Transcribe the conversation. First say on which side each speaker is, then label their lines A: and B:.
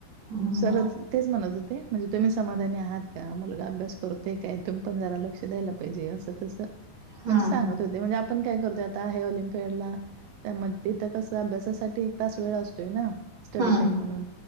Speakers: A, on the right (about 30°); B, on the right (about 80°).
A: हम्म
B: सर तेच म्हणत होते. म्हणजे तुम्ही समाधानी आहात का? मुलगा अभ्यास करतोय काय? तुम्ही पण जरा लक्ष द्यायला पाहिजे असं तसं
A: हम्म
B: म्हणजे सांगत होते. म्हणजे आपण काय करतोय आता हे ऑलिम्पियडला त्या मध्ये त कस अभ्यासासाठी एक तास वेळ असतोय ना स्टडी
A: हम्म
B: टाइम म्हणून